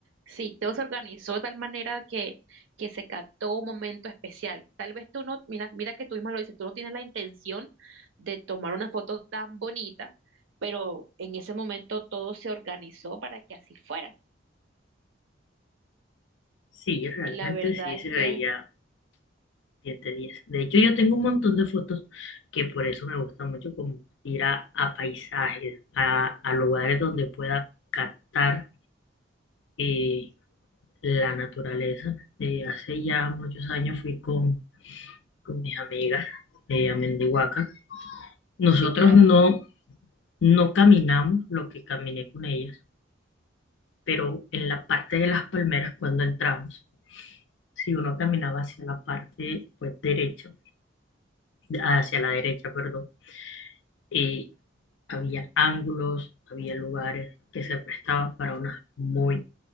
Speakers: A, on the right (about 85°); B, on the left (about 70°).
A: sí, todo se organizó de tal manera que, que se captó un momento especial. Tal vez tú no, mira, mira que tú misma lo dices, tú no tienes la intención de tomar una foto tan bonita, pero en ese momento todo se organizó para que así fuera.
B: Sí, realmente
A: Y la verdad
B: sí
A: es
B: se veía
A: que,
B: 10 de 10. De hecho, yo tengo un montón de fotos que por eso me gusta mucho como ir a, a paisajes, a, a lugares donde pueda captar eh, la naturaleza. Eh, hace ya muchos años fui con, con mis amigas eh, a Mendihuaca. Nosotros
A: sí, claro,
B: no, No caminamos lo que caminé con ellas, pero en la parte de las palmeras cuando entramos, si uno caminaba hacia la parte pues derecha, hacia la derecha, perdón, eh, había ángulos, había lugares que se prestaban para unas muy,